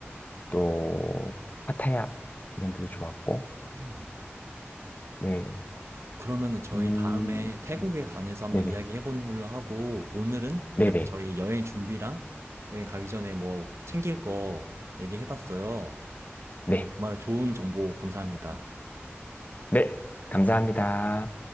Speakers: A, on the left; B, on the right.
A: 또 파타야 이런 데도 좋았고
B: 음.
A: 네.
B: 그러면은 저희
A: 음.
B: 다음에 태국에 관해서 한번
A: 네네.
B: 이야기해 보는 걸로 하고 오늘은
A: 네네.
B: 이렇게 저희 여행 준비랑 여행 가기 전에 뭐 챙길 거 얘기해 봤어요.
A: 네.
B: 오늘 정말 좋은 정보 감사합니다.
A: 네. 감사합니다.